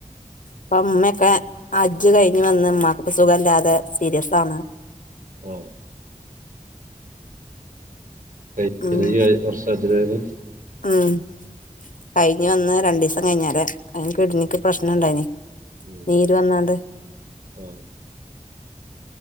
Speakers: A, on the left; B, on the right.
A: അപ്പൊ ഉമ്മയൊക്കെ ഹജ്ജ് കഴിഞ്ഞ് വന്ന് ഉമ്മാക്ക് ഇപ്പൊ സുഖല്ലാതെ സീരിയസ്‌ ആണ്
B: ആഹ് ശെരിയാണ്
A: ഉം
B: <unintelligible> കൊർച്ചതി <unintelligible>
A: ഉം കയ്ഞ്ഞ് വന്ന് രണ്ടിസം കയ്ഞാരെ അയ്ന് കിഡ്‌നിക്ക് പ്രശ്നണ്ടായ്ന്
B: ഉം.
A: ന്നീര് വന്നാണ്ട്
B: ആ